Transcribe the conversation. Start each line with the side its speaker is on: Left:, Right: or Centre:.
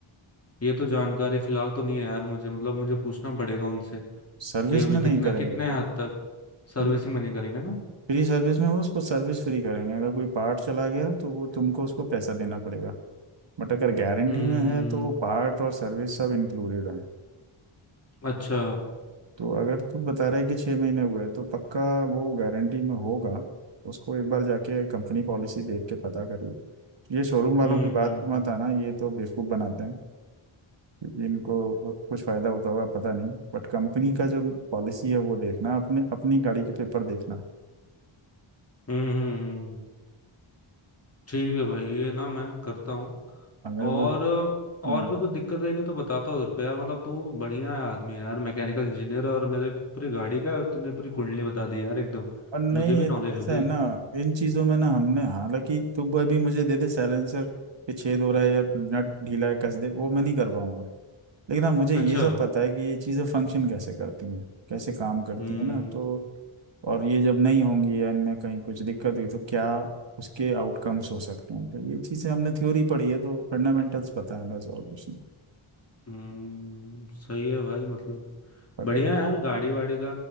Left: ये तो जानकारी फिलहाल तो नहीं है यार मुझे मतलब मुझे पूछना पड़ेगा उनसे
Right: सर्विस
Left: कि अभी
Right: में नहीं
Left: कितना
Right: करेंगे
Left: कितने
Right: वो
Left: हद तक सर्विसिंग
Right: फ्री
Left: मनी करेंगे ना
Right: फ्री सर्विस में वो उसको सर्विस फ्री करेंगे अगर कोई पार्ट चला गया तो वो तुमको उसको पैसा देना पड़ेगा बट अगर गारंटी
Left: हम्म
Right: में है तो वो पार्ट और सर्विस सब इंक्लूडेड है
Left: अच्छा
Right: तो अगर तू बता रहा है कि छः महीने हुए तो पक्का वो गारंटी में होगा उसको एक बार जाके कंपनी पॉलिसी देख के पता करियो ये शोरूम वालों
Left: हम्म
Right: की बात
Left: हम्म
Right: पे
Left: हम्म
Right: मत आना ये तो बेवकूफ़ बनाते हैं क्योंकि इनको कुछ फ़ायदा होता हुआ पता नहीं बट कंपनी का जो पॉलिसी है वो देखना अपने अपनी गाड़ी के पेपर देखना
Left: हम्म हम्म, हम्म। ठीक है भाई ये ना मैं करता हूँ
Right: अगर वो
Left: और और
Right: हाँ
Left: भी कुछ दिक्कत आएगी तो बताता हूँ तेरे को यार मतलब तू बढ़िया आदमी है यार मैकेनिकल इंजीनियर और मेरे पूरी गाड़ी का तूने पूरी कुंडली बता दी यार एकदम
Right: और नहीं
Left: मुझे भी
Right: ये-
Left: नॉलेज
Right: ऐसा
Left: हो गई
Right: है ना इन चीज़ों में ना हमने हालांकि तुम अभी मुझे दे दे साइलेंसर के छेद हो रहा है या नट ढीला है कस दे वो मैं नहीं कर पाऊंगा लेकिन हाँ मुझे
Left: अच्छा
Right: ये सब पता है कि ये चीज़ें फंक्शन कैसे करती हैं कैसे काम करती
Left: हम्म
Right: हैं ना तो और ये जब नहीं होंगी या इनमें कहीं कुछ दिक्कत हुई तो क्या उसके आउटकम्स हो सकते हैं तो ये चीज़ें हमने थ्योरी पढ़ी है तो फंडामेंटल्स पता है बस और कुछ नहीं
Left: हम्म सही है भाई मतलब
Right: अगर
Left: बढ़िया है यार गाड़ी वाड़ी का